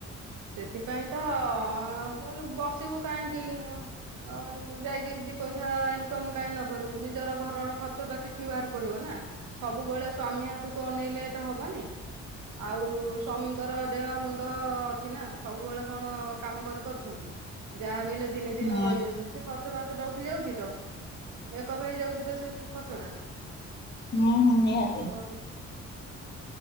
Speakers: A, on the right; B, on the left.
A: ସେଥିପାଇଁ ତ ଅ ଅ <unintelligible> ବସ୍ ସିବୁ କାହିଁକି ହ ଅ ଯାଇକି ଦି ପଇସା ଇନ୍ ତ ମୁଁ କାହିଁ ନ କରିବୁ ନିଜର ଘରର ଖର୍ଚ୍ଚ ଟା କିଛି ବାହାରି ପଡିବ ନା। ସବୁବେଳେ ସ୍ଵାମୀ ହାତକୁ ଅନେଇଲେ ତ ହବନି। ଆଉ ସ୍ୱାମୀଙ୍କର ଦେହ ମୁଣ୍ଡ ଅ ଛିନା ସବୁବେଳେ କଣ କାମ କରିପାରୁଛନ୍ତି ଯାହାବି ଲେ ଦିନେ ଦିନେ
B: ହୁଁ
A: ରହିଯାଉଛନ୍ତି ସେ ଖର୍ଚ୍ଚ ବାର୍ଚ୍ଚ ଟା ଉଠି ଯାଉଛି ତ ମେକପ୍ ହେଇଯାଉଛି ତ ସେ ଖର୍ଚ୍ଚ ଟା।
B: ହୁଁ ହୁଁ ନିହାତି।
A: <inaudible>